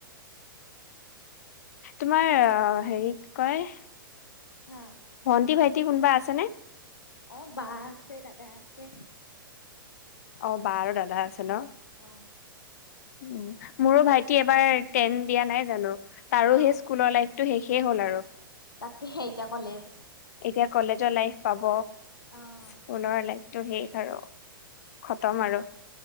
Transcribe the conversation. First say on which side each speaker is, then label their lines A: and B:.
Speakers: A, on the left; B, on the left.
A: তোমাৰ অ হেৰি কি কয়
B: হা!
A: ভণ্টি ভাইটি কোনবা আছেনে?
B: অঁ বা আছে দাদা আছে।
A: অ বা আৰু দাদা আছে ন।
B: অ'।
A: উম মোৰো ভাইটি এবাৰ টেন দিয়া নাই জানো, তাৰো
B: অ'
A: সেই স্কুলৰ লাইফ টো শেষে হ'ল আৰু।
B: তাকেহে এতিয়া কলেজ
A: এতিয়া কলেজৰ লাইফ পাব,
B: অ'।
A: স্কুলৰ লাইফটো শেষ আৰু। খতম আৰু।